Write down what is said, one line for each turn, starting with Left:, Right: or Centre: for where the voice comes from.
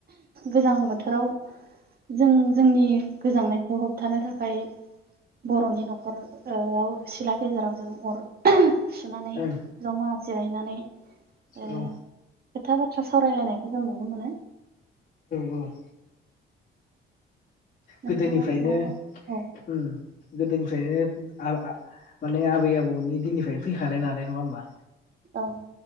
Right: गोजां बोथोराव जों जोंनि गोजांनायखौ होबथानो थाखाय बर'नि न'खराव ओ सिला गेजेराव जों अर सुनानै
Left: ओं औ
Right: जमा जिरायनानै ओ
Left: औ
Right: खोथा बाथ्रा सावरायलायनायखौ जों नुनो मोनो
Left: औ
Right: नोंथाङा
Left: गोदोनिफ्रायनो
Right: माबा औ
Left: ओम गोदोनिफ्रायनो माने आबै आबौनि दिननिफ्राय फैखानाय नालाय नङा होमबा
Right: औ